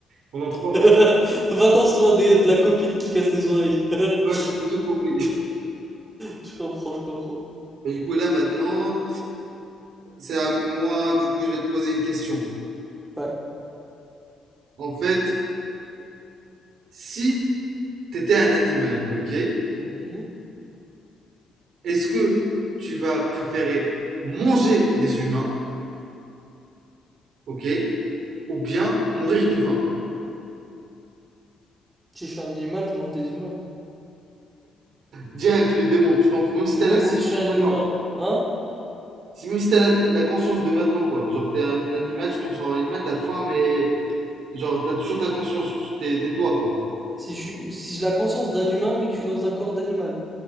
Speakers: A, on the right; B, on the right.
A: pendant trois mois.
B: <laughs> Vacances loin des- de la copine qui casse les oreilles. <laughs>
A: Ouais, t'as tout compris.
B: Je comprends, je comprends.
A: <laughs> Du coup, là maintenant, c'est à moi, du coup, je vais te poser une question.
B: Ouais.
A: En fait, si t'étais un animal, ok,
B: Voyez.
A: est-ce que tu vas préférer manger des humains, ok, ou bien mourir de faim?
B: Si je suis un animal, je mange des humains.
A: Direct, tu les démontes, tu t'en fous, même si
B: Mais
A: t'as
B: même
A: la
B: si
A: conscience
B: je suis un
A: de maintenant.
B: humain, hein?
A: Si, même si t'as la, la conscience de maintenant, quoi. Genre, t'es un animal, tu te transformes en animal, t'as faim, mais Genre, t'as toujours ta conscience, t'es t'es toi, quoi.
B: Si je suis, si j'ai la conscience d'un humain, mais que je suis dans un corps d'animal,